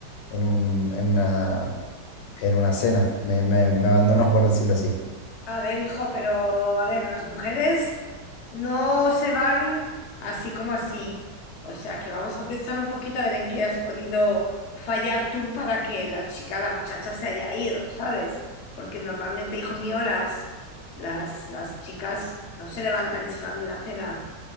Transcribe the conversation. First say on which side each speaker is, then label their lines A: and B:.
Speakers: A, on the left; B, on the left.
A: en un, en una, en una cena. Me, me, me abandonó, por decirlo así.
B: A ver, hijo, pero a ver, las mujeres no se van así como así. O sea, que vamos a pensar un poquito a ver en qué has podido fallar tú para que la chica, la muchacha se haya ido, ¿sabes? Porque normalmente, hijo mío, las, las, las chicas no se levantan y se van de una cena